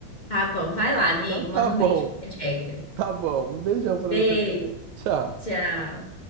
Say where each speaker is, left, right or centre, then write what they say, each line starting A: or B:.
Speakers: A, on the left; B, on the right.
A: tá bom. Vai lá,
B: Então,
A: amigo. Manda
B: tá bom.
A: um beijo pra Jagger.
B: Tá bom, um beijão pra
A: Beijo,
B: você também. Tchau.
A: tchau.